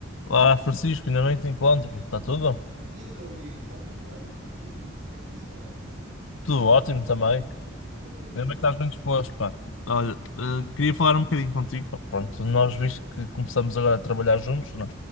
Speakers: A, on the left; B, on the right.
A: Olá, Francisco, ainda bem que te encontro. Está tudo?
B: E então, amigo, está tudo bem? E contigo, como é que isso vai?
A: Tudo ótimo também.
B: Conta-me coisas.
A: Ainda bem que estás bem disposto, pá. Olha, eh, queria falar um bocadinho contigo, pá. Pronto, nós visto que começamos agora a trabalhar juntos, não? é?